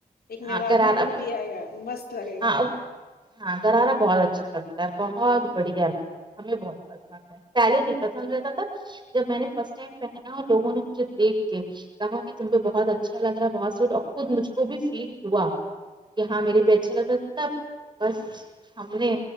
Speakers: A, on the left; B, on the right.
A: ایک
B: ہاں
A: نوابی
B: غرارہ
A: لک بھی آئے گا مست لگے گا
B: ہاں ہاں گرارا بہت اچھا لگتا ہے بہت بڑھیا ہمیں بہت پسند پہلے نہیں پسند رہتا تھا جب میں نے فرسٹ ٹائم پہنا اور لوگوں نے مجھے دیکھ کے کہا کہ تم پہ بہت اچھا لگ رہا ہے بہت سٹ اور خود مجھ کو بھی فیل ہوا کہ ہاں میرے پہ اچھا لگ رہا تب بس ہم نے